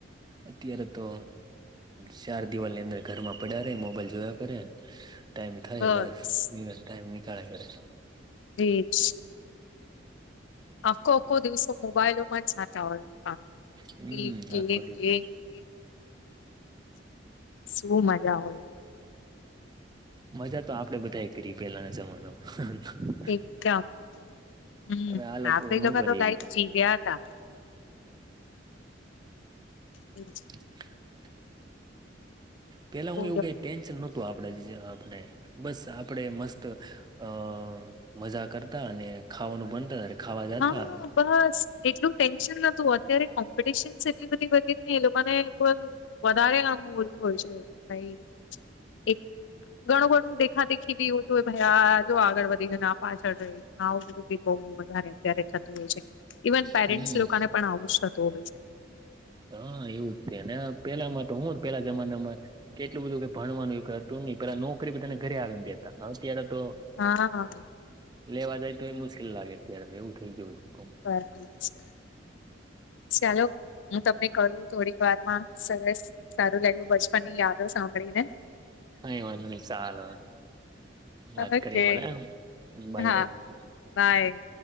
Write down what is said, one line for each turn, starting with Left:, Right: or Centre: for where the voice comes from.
Right: અત્યારે તો ચાર દિવાલની અંદર ઘરમાં પડ્યા ર મોબાઈલ જોયા કરે ટાઈમ થાય
Left: બસ
Right: બસ ટાઈમ નીકળે કરે
Left: બ્રિજ આખો આખો દિવસો મોબાઈલોમાં જ જાતા હોય.
Right: હમ
Left: ગેમ
Right: આખો
Left: ગેમ
Right: દિવસ
Left: ગેમ શું મજા આવે એ મા
Right: મજા તો આપડે બધા કરી પેલાના જમાનામા
Left: એકદમ હમ
Right: હવે આ
Left: આપ એ
Right: ન
Left: લોકો
Right: કરી
Left: તો લાઈફ
Right: ગયા
Left: જીવ્યા હતા. હમ <unintelligible>
Right: <inaudible> પેલા હુ,
Left: બોલો
Right: એવું કઈ ટેન્શન નહોતું આપડે જે આપણે. બસ આપડે મસ્ત અ મજા કરતા અને ખાવાનું બનતા. ખાવા જતા
Left: હા બસ એટલું ટેન્શન નતું અત્યારે કોમ્પિટિશનસ એટલી બધી વધી એ લોકોને પણ વધારે આ ઓલું હોય છે, ભાઈ એક ઘણું બધુ એક ખાતે ખીધી હોતુ ભાઈ આ જો આગળ વધી ગયું આ પાછળ રહી ગયુ, આ બહુ વધારે અત્યારે થતું છે, ઇવન પેરેન્ટસ
Right: હમ
Left: લોકા ને પણ આવું જ થતું હોય છે.
Right: હા એવું જ છેને, પેલામાં તો હું પેલા જમાના મા કેટલું બધું કે ભણવાનું કે એવું બધું કઈ હતુ, નહી પેલા નોકરી બધાને ઘરે આવીને દેતા અત્યારે તો
Left: હા આ
Right: લેવા જાય તો એ મુશ્કેલ લાગે અત્યારે એવું થઈ ગયુ હતુ.
Left: બરાબર છે, ચાલો હુ તમને કરું થોડીક વાર માં સરસ સારું લાગ્યું બચપન ની યાદ સાંભળીને
Right: કઈ વાંધો નહી ચાલ વાત
Left: ઓકે
Right: કરીને એમ ભાઈ
Left: હા
Right: ભાઈ
Left: બાય